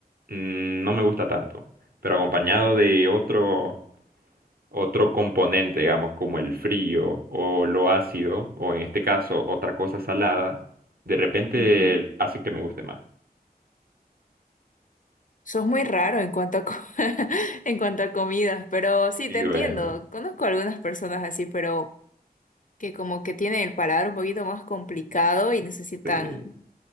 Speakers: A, on the right (about 65°); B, on the left (about 55°).
A: mm, no me gusta tanto, pero acompañado de otro, otro componente, digamos, como el frío o lo ácido, o en este caso otra cosa salada, de repente
B: Ujú.
A: hace que me guste más.
B: Sos muy raro en cuanto a, co- <laughs> en cuanto a comidas, pero sí,
A: Y
B: te entiendo.
A: bueno,
B: Conozco algunas personas así, pero que como que tienen el paladar un poquito más complicado y necesitan
A: sí,